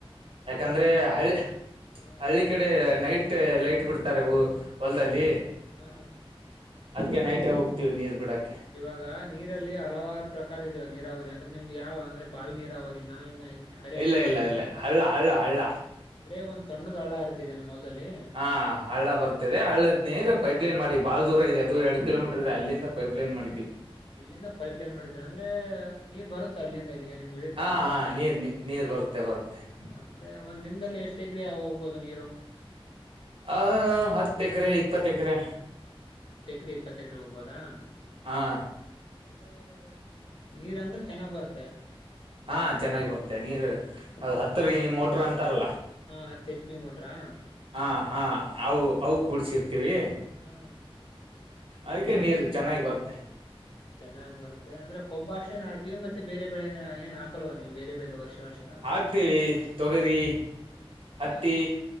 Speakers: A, on the right; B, on the left.
A: ಯಾಕಂದ್ರೆ ಹಳ್ಳಿ
B: ಹ್ಮ.
A: ಹಳ್ಳಿ ಕಡೆ ನೈಟ್ ಲೈಟ್ ಬಿಡ್ತಾರೆ ಹು ಹೊಲದಲ್ಲಿ
B: <inaudible>
A: ಅದ್ಕೆ ನೈಟೇ ಹೋಗ್ತಿವಿ ನೀರ್ ಬಿಡಕ್ಕೆ.
B: ಇವಾಗ ನೀರಲ್ಲಿ ಹಲವಾರ ಪ್ರಕಾರ ಇದಾವ ನೀರಾವರಿ ಅಂದ್ರೆ ನಿಮ್ದ ಯಾವ ಅಂದ್ರೆ ಬಾವಿ ನೀರಾವರಿನ ಏನ್ ಹರೆ
A: ಇಲ್ಲ
B: ನೀರಾವರಿನ
A: ಇಲ್ಲ ಇಲ್ಲ ಹಳ್ಳ ಹಳ್ಳ ಹಳ್ಳ.
B: ಅಂದ್ರೆ ಒಂದ್ ಸಣ್ಣದ ಹಳ್ಳ ಹರೀತಿದೆ ನಿಮ್ಮ ಹೊಲ್ದಲ್ಲಿ?
A: ಹ ಹಳ್ಳ ಬರ್ತಿದೆ ಹಳ್ಳದ್ ನೀರ್ ಪೈಪ್ಲೈನ್ ಮಾಡಿ ಬಾಳ ದೂರ ಇದೆ ಅದು ಎರಡ ಕಿಲೋಮೀಟರ್ ಇದೆ ಅಲ್ಲಿಂದ ಪೈಪ್ಲೈನ್ ಮಾಡಿದ್ದೀವಿ.
B: ಅಲ್ಲಿಂದ ಪೈಪ್ಲೈನ್ ಮಾಡಿದ್ದೀರಾ ಅಂದ್ರ ನೀರ್ ಬರುತ್ತೆ ಅಲ್ಲಿಂದ ಇಲ್ಲಿಗೆ ನಿಮ್ಗೆ ಇಳಿತಾ
A: ಹಾ
B: ನೀರು
A: ಹಾ ನೀರ್ ನೀರ್ ಬರುತ್ತೆ ಬರುತ್ತೆ.
B: ಅಂದ್ರೆ ಒಂದ್ ದಿನದಲ್ಲಿ ಎಷ್ಟೇಕ್ರೆ ಆ ಹೋಗ್ಬೋದು ನೀರು.
A: ಆ ಹತ್ತ ಎಕರೆ ಇಪ್ಪತ್ತ ಎಕರೆ.
B: ಹತ್ತ ಎಕರೆ ಇಪ್ಪತ್ತ ಎಕರೆ ಹೋಗ್ಬೋದಾ?
A: ಹಾ
B: ಎ ಯ ನೀರ್ಂದ್ರೆ ಚೆನ್ನಾಗ್ ಬರುತ್ತೆ.
A: ಹಾ ಚೆನ್ನಾಗಿ ಬರುತ್ತೆ ನೀರು ಅದು
B: ಹ್ಮ್
A: ಹತ್ತರ
B: ಹ್ಮ್
A: ಮೋಟ್ರ ಅಂತಾರಲ್ಲ
B: ಹಾ ಹತ್ ಹೆಚ್ ಪಿ ಮೋಟರಾ?
A: ಹಾ ಹಾ ಅವು ಅವು ಕೂಡ್ಸಿರ್ತೀವಿ.
B: ಹ್ಮ್
A: ಅದಕ್ಕೆ ನೀರು ಚೆನ್ನಾಗಿ ಬರುತ್ತೆ.
B: ಚೆನ್ನಾಗ್ ಬರುತ್ತೆ ಅಂದ್ರೆ ಕೊಬ್ಬ ಅಷ್ಟೇನ ಹಾಕಿದು ಮತ್ತೆ ಬೇರೆ ಬೆಳೆ ಏನ್ ಏನ ಹಾಕಲ್ವ ನೀವು ಬೇರೆ ಬೇರೆ ವರ್ಷ ವರ್ಷ
A: ಹಾಕ್ತೀವಿ ತೊಗರಿ
B: ಹ್ಮ್
A: ಹತ್ತಿ.